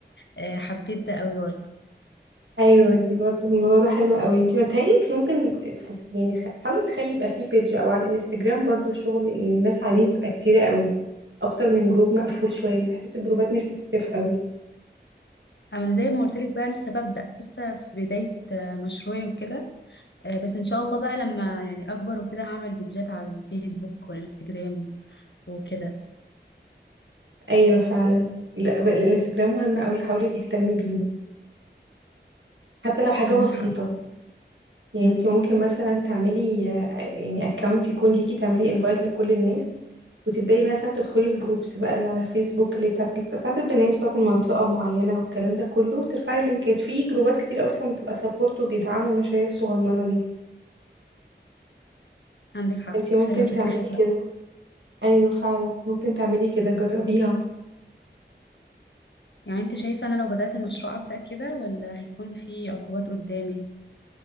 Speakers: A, on the left; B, on the right.
A: آه، حبيت ده أوي برضه
B: ايوه دي برضه الموضوع ده حلو قوي انت متهيألي انت ممكن تف- يعني خ- حاولي تخلي يبقى فيه بيج او على الانستجرام برضه الشغل يعني الناس عليه بتبقى كتيرة قوي اكتر من جروب مقفول شويه بحس الجروبات مش بتتفق قوي
A: انا زي ما قلت لك بقى لسه ببدأ لسه في بداية آه، مشروعي وكده آه، بس ان شاء الله بقى لما يعني اكبر وكده هعمل فيديوهات على الفيسبوك والانستجرام وكده
B: ايوه فعلا لا ب- الانستجرام مهم قوي حاولي تهتمي بيه حتى لو حاجه
A: عندك
B: بسيطه
A: حق
B: يعني
A: مم.
B: انت ممكن مثلا تعملي آه، يعني اكونت يكون ليكي تعملي انفايت لكل الناس وتبداي مثلا تدخلي الجروبس بقى اللي على الفيسبوك اللي بتاعت ال- بتاعت البنات بتاعت المنطقه معينه والكلام ده كله وترفعي اللينكات في جروبات كتير اصلا بتبقى سبورت وبيدعموا المشاريع الصغننه دي
A: عندك حق
B: انت ممكن
A: حلوة فكرة
B: تعملي
A: حلوة
B: كده ايوه فعلا ممكن تعملي كده جربيها
A: يعني انت شايفة انا لو بدأت المشروع أبدأ كده ولا هيكون في عقوبات قدامي